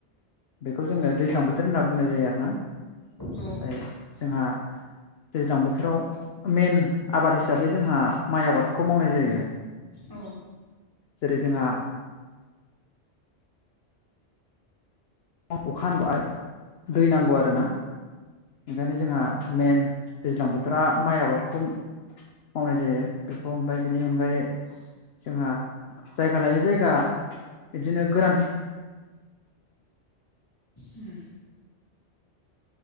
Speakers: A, on the left (about 65°); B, on the left (about 20°).
A: बेखौ जोङो दैज्लां बोथोर होनना बुंनाय जायो आरोना। ओमफ्राय
B: औ
A: जोंहा दैज्लां बोथोराव मेन आबाद हिसाबै जोंहा माइ आबादखौ मावनाय जायो।
B: औ।
A: जेरै जोंहा अखा हानांगौ आरो दै नांगौ आरोना। ओंखायनो जोंहा मेन दैज्लां बोथोरा माइ आबादखौ मावनाय जायो। बेखौ ओमफ्राय बिनि अनगायै जोंहा जायगा लायै जायगा बिदिनो गोरान खे
B: उम।